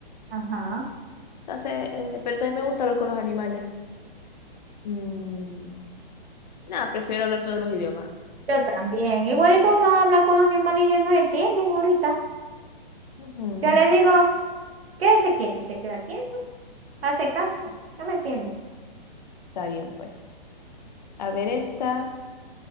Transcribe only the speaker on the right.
Ajá.
Yo también. Igualito uno habla con los animales y ellos no entienden ahorita.
Yo le digo, quédese quieto y se queda quieto. Hace caso. No me entiende.